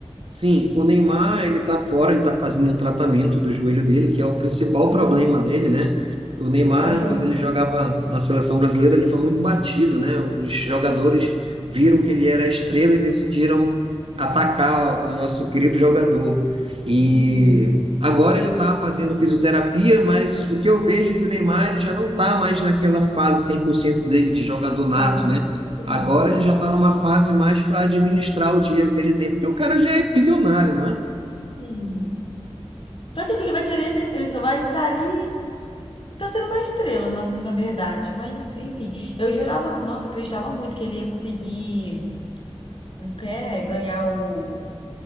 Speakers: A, on the right; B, on the left.
A: Sim, o Neymar, ele tá fora, ele tá fazendo um tratamento do joelho dele, que é o principal
B: Uhum.
A: problema dele, né? O Neymar,
B: É o joelho.
A: quando ele jogava na seleção brasileira, ele foi muito batido, né? Os jogadores viram que ele era a estrela e decidiram atacar o nosso querido jogador. E
B: Uhum.
A: agora ele tá fazendo fisioterapia, mas o que eu vejo é que o Neymar ele já não tá mais naquela fase 100% dele de jogador nato,
B: Ah, não
A: né?
B: tem problema
A: Agora
B: nenhum.
A: ele já está numa fase mais para administrar o dinheiro que ele tem, porque o cara já é bilionário, não é?
B: Sim. Pra que que ele vai querer, né? Ele só vai estar ali. Tá sendo uma estrela, na, na verdade. Mas, enfim, eu jurava, nossa, eu acreditava muito que ele ia conseguir, não quer ganhar o,